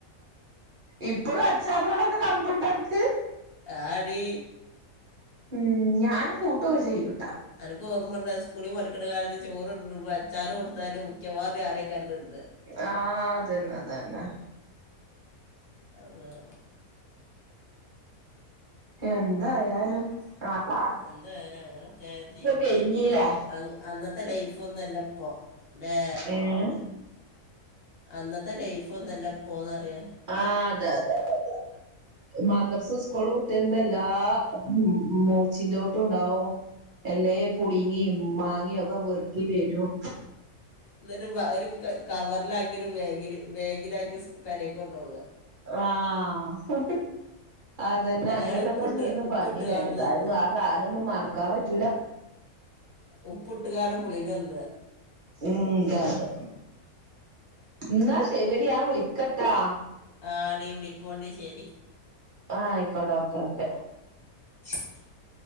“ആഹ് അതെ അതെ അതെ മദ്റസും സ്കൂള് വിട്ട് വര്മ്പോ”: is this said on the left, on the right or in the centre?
Right